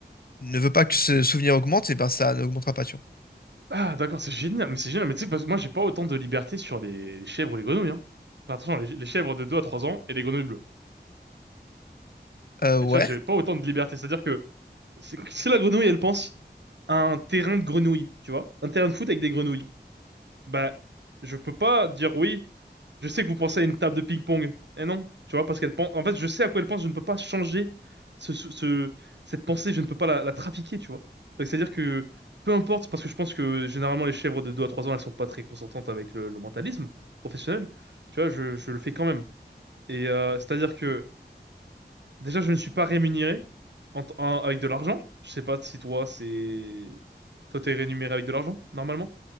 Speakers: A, on the left (about 55°); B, on the right (about 80°).
A: ne veut pas que ce souvenir augmente, et ben ça n'augmentera pas, tu
B: Ah, d'accord, c'est génial, mais c'est génial. Mais tu sais, parce que moi, j'ai pas autant de liberté sur les, les chèvres ou les grenouilles. Hein. Enfin, attention, les, les chèvres de 2 à 3 ans et les grenouilles bleues.
A: vois. Euh,
B: Mais
A: ouais.
B: tu vois, j'ai pas autant de liberté. C'est-à-dire que c'est- si la grenouille, elle pense à un terrain de grenouilles, tu vois, un terrain de foot avec des grenouilles, bah, je peux pas dire oui, Je sais que vous pensez à une table de ping-pong. Eh non, tu vois, parce qu'elle pense. En fait, je sais à quoi elle pense. Je ne peux pas changer ce, ce- ce- cette pensée. Je ne peux pas la, la trafiquer, tu vois. Donc, c'est-à-dire que peu importe, parce que je pense que généralement les chèvres de 2 à 3 ans, elles sont pas très consentantes avec le, le mentalisme professionnel. Tu vois, je, je le fais quand même. Et euh, c'est-à-dire que déjà, je ne suis pas rémunéré en t- en- avec de l'argent. Je sais pas si toi, c'est toi, t'es rémunéré avec de l'argent normalement.